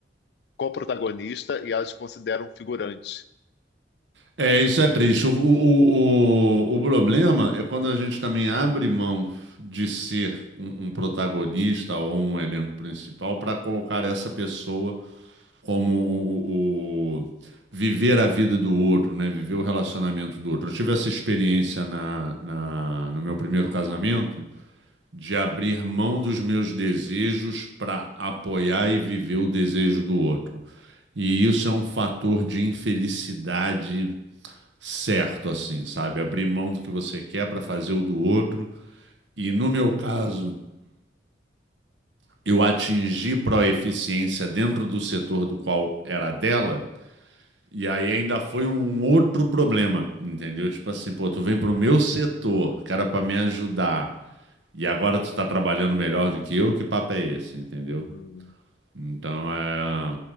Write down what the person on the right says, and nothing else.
É, isso é triste. O, o, o, o problema é quando a gente também abre mão de ser um, um protagonista ou um elenco principal para colocar essa pessoa como o, o- o- viver a vida do outro, né? Viver o relacionamento do outro. Eu tive essa experiência na, na, no meu primeiro casamento de abrir mão dos meus desejos para apoiar e viver o desejo do outro. E isso é um fator de infelicidade certo, assim, sabe? Abrir mão do que você quer para fazer o do outro. E no meu caso, eu atingi proeficiência dentro do setor do qual era dela. E aí ainda foi um outro problema, entendeu? Tipo assim, pô, tu vem pro meu setor, cara, pra me ajudar. E agora tu tá trabalhando melhor do que eu, que papo é esse, entendeu?
Então é.